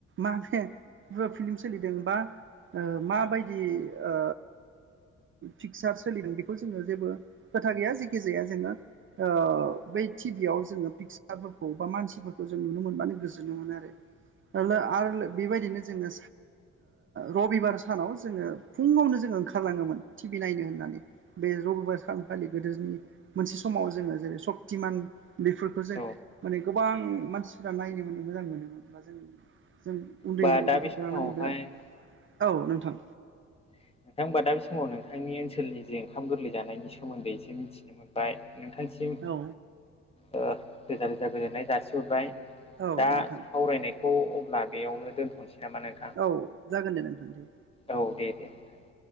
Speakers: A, on the right (about 40°); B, on the left (about 20°).
A: मा फेन बो फिल्म सोलिदों बा ओ माबायदि ओ पिकसार सोलिदों बेखौ जोंङो जेबो खोथा गैया जेखि जाया जोंङो ओ बै टिभियाव जोंङो फिक्स फिकसारफोरखौ बा मानसिफोरखौ जों नुनो मोनबानो गोजोननो मोनो आरो। <unintelligible> आरो बेबायदिनो जोङो रबिबार सानाव जोंङो फुंङावनो जोंङो ओंखारलांङोमोन टि भि नायनो होननानै बे रबिबार सान खालि गोदोनि मोनसे समाव जोंङो जेरै सक्तिमान बेफोरखौ जों
B: औ
A: माने गोबां मानसिफ्रा नायनो माने मोजां मोनोमोन बा जों जों उन्दै
B: बा
A: उन्दै
B: दा
A: गथ'फोरा
B: बे समावहाय
A: माने बिराद औ नोंथां
B: नोंथां होमबा दा बे समाव नोंथांनि ओनसोलनि जे ओंखाम गोरलै जानायनि सोमोन्दै एसे मिथिनो मोनबाय नोंथांसिम
A: औ
B: ओ रोजा रोजा गोजोननाय जासिहरबाय।
A: औ
B: दा
A: नोंथां
B: सावरायनायखौ अब्ला बेयावनो दोनथ'नोसै नामा नोंथां
A: औ जागोन दे नोंथां दे
B: औ दे दे नोंथां